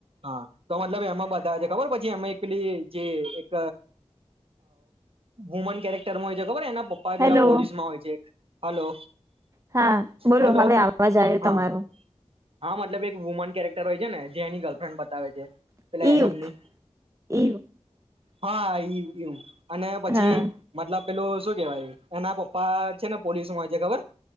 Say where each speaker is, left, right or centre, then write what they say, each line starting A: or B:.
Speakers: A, on the right; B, on the right.
A: હા તો મતલબ એમાં બધા છે, ખબર પછી એ એકલી જે એક વુમન કેરેક્ટરમાં હોય છે, ખબર એના પપ્પા એ
B: હેલો
A: પેલા પોલીસમાં હોય છે. હલો
B: હા બોલો
A: હલો
B: હવે આવવાજ આવ્યો
A: હા
B: તમારોું
A: હા મતલબ એક વુમન કેરેક્ટર હોય છે, ને જે એની ગર્લફ્રેન્ડ બતાવે છે.
B: <unintelligible>
A: પેલા એડમની હા એ એવું અને પછી
B: હા
A: મતલબ પેલું શું કેવાય એના પપ્પા છે, ને પોલીસમાં મેં ખબર